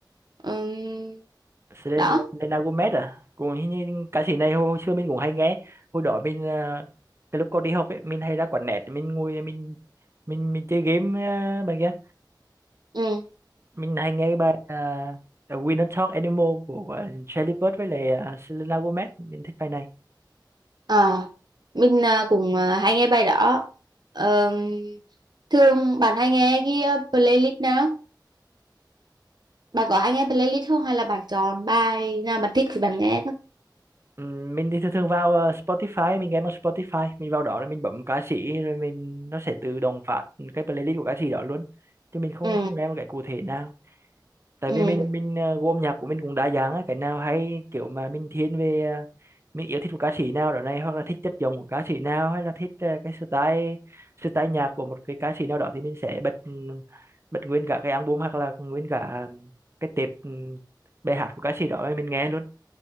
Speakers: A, on the right; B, on the right.
A: Ừm,
B: Selen-
A: đó
B: Selena Gomez à cũng hình như ca sĩ này hồi, hồi xưa mình cũng hay nghe hồi đó mình à, cái lúc còn đi học ấy mình hay ra quán net mình ngồi mình mình mình chơi game à, bằng kia
A: ừ.
B: mình hay nghe cái bài à, We Don't Talk Anymore của uh, Charlie Puth với lại à, Selena Gomez mình thích bài này
A: Ờ, mình à, cũng à, hay nghe bài đó Ờm, thường bạn hay nghe cái à, playlist nào bạn có hay nghe playlist không hay là bạn chọn bài nào bạn thích thì bạn nghe thôi
B: Ừm, mình thì thường thường vào ờ, Spotify mình nghe một Spotify mình vào đó rồi mình bấm ca sĩ rồi mình nó sẽ tự động phát cái playlist của ca sĩ đó luôn chứ mình không
A: ừ.
B: không nghe một cái cụ thể nào tại
A: Ừ.
B: vì mình mình ờ, gu âm nhạc của mình cũng đa dạng á cái nào hay kiểu mà mình thiên về ờ, mình yêu thích một ca sĩ nào đó này hoặc là thích chất giọng của ca sĩ nào hay là thích ờ, cái style style nhạc của một cái ca sĩ nào đó thì mình sẽ bật ừm, bật nguyên cả cái album hoặc là nguyên cả ừm, cái tệp ừm, bài hát của ca sĩ đó mình nghe luôn